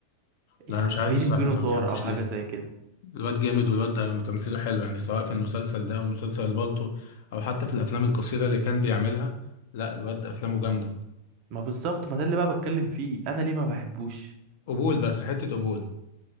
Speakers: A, on the right (about 40°); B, on the left (about 50°).
A: يعني
B: لا انا مش عارف
A: بيني
B: الصراحه
A: وبينه
B: انت
A: طار
B: ما بتحبوش
A: او حاجه
B: ليه
A: زي كده
B: الواد جامد والواد ده تمثيله حلو يعني سواء في المسلسل ده او مسلسل البالتو او حتى في الافلام القصيره اللي كان بيعملها لا الواد افلامه جامده
A: ما بالظبط ما ده اللي بقى بتكلم فيه انا ليه ما بحبوش
B: قبول بس حته قبول